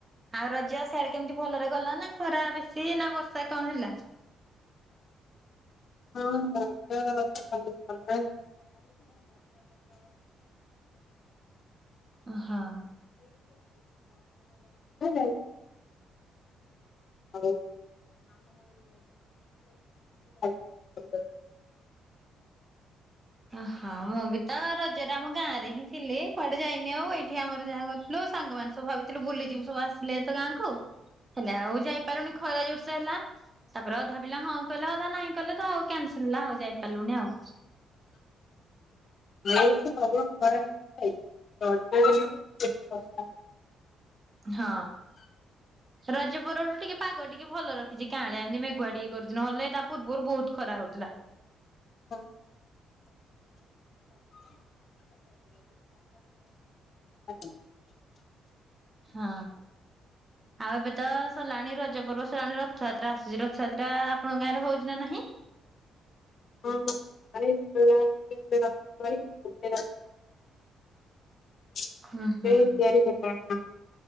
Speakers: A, on the right; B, on the left.
A: ଆଉ ରଜ ସିଆଡେ କେମିତି ଭଲରେ ଗଲା ନା ଖରା ବେଶୀ ନା ବର୍ଷା? ସେ କଣ ହେଲା?
B: ହଁ ଖରା <inaudible> ବର୍ଷାଟା
A: ହଁ
B: <inaudible> <inaudible> <unintelligible> ହଉ <unintelligible>
A: ଓ ହଁ ମୁଁ ବି ତ ରଜରେ ଆମ ଗାଁ ରେ ହିଁ ଥିଲି କୁଆଡେ ଯାଇନି ଆଉ ଏଇଠି ଆମର ଯାହା କରିଥିଲୁ ସାଙ୍ଗମାନେ ସବୁ ଭାବିଥିଲୁ ବୁଲିଯିବୁ ସବୁ ଆସିଲେ ତ ଗାଁ କୁ ହେଲେ ଆଉ ଯାଇପାରିଲୁଣି ଖରା ଜୋରସେ ହେଲା ତାପରେ ଅଧା ପିଲା ହଁ କଲେ ଅଧା ନାହିଁ କଲେ ତ ଆଉ କ୍ୟାନସଲ ହେଲା ଆଉ ଯାଇପାରିଲୁନି ଆଉ।
B: <inaudible>
A: ହଁ ରଜପରରୁୁ ଟିକେ ପାଗ ଟିକେ ଭଲ ରଖିଛି କାଁଳିଆ ଏମିତି ମେଘୁଆ ଟିକେ କରୁଚି ନଲେ ତା ପୂର୍ବରୁ ବହୁତ ଖରା ହଉଥିଲା।
B: ହ <inaudible> <inaudible>
A: ହଁ। ଆଉ ଏବେ ତ ସଲାଣି ରଜପର୍ବ ସଲାଣି ରଥଯାତ୍ରା ଆସୁଚି ରଥଯାତ୍ରା ଆପଣଙ୍କ ଗାଁରେ ହଉଚି ନା ନାହିଁ?
B: <unintelligible> ସେ
A: ହୁଁ ହୁଁ।
B: ତିଆରି <unintelligible>